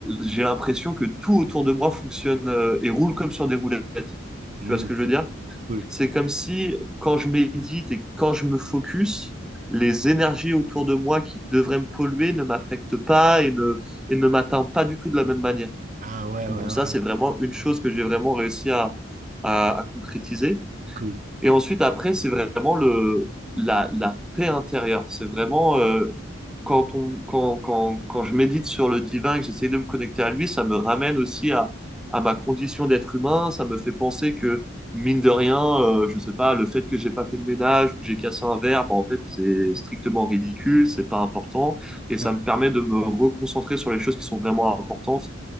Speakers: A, in the centre; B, on the right.
A: J'ai l'impression que tout autour de moi fonctionne euh, et roule comme sur des roulettes.
B: Hmm,
A: Tu vois ce que je
B: cool,
A: veux dire?
B: cool.
A: C'est comme si, quand je médite et quand je me focus, les énergies autour de moi qui devraient me polluer ne m'affectent pas et ne, et ne m'atteignent pas du tout de la même manière.
B: Ah ouais,
A: Donc
B: ouais, ouais,
A: ça, c'est vraiment une chose que j'ai vraiment réussi à, à, à concrétiser.
B: cool.
A: Et ensuite, après, c'est vraiment le, la, la paix intérieure. C'est vraiment euh, quand on, quand, quand, quand je médite sur le divin et que j'essaie de me connecter à lui, ça me ramène aussi à, à ma condition d'être humain. Ça me fait penser que, mine de rien, euh, je sais pas, le fait que j'ai pas fait le ménage ou que j'ai cassé un verre, bah, en fait, c'est strictement ridicule, c'est pas important. Et ça
B: <laughs>
A: me permet de me reconcentrer sur les choses qui sont vraiment importantes,